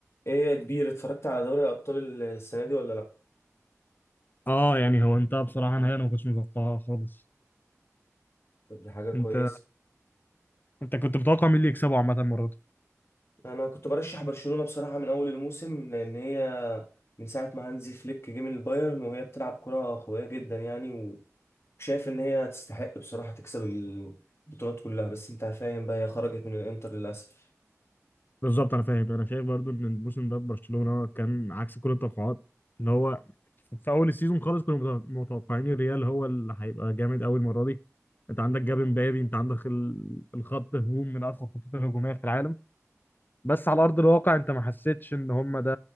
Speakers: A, on the left; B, on the left.
A: ايه يا كبير اتفرجت على دوري الابطال السنه دي ولا لا
B: اه يعني هو انت بصراحة نهائي انا ما كنتش متوقعها خالص
A: طب دي حاجه كويسه
B: انت انت كنت متوقع مين اللي يكسبه عامة المرة دي
A: انا كنت برشح برشلونه بصراحه من اول الموسم لان هي من ساعه ما هانزي فليك جه من البايرن وهي بتلعب كره قويه جدا يعني وشايف ان هي تستحق بصراحه تكسب البطولات كلها بس انت فاهم بقى هي خرجت من الانتر للاسف
B: بالظبط انا فاهم انا شايف برضو ان الموسم ده برشلونة كان عكس كل التوقعات اللي هو في اول السيزون خالص كنا متوق- متوقعين الريال هو اللي هيبقى جامد قوي المرة دي انت عندك جاب امبابي انت عندك ال- الخط هجوم من اقوى الخطوط الهجومية في العالم بس على ارض الواقع انت ما حسيتش ان هم ده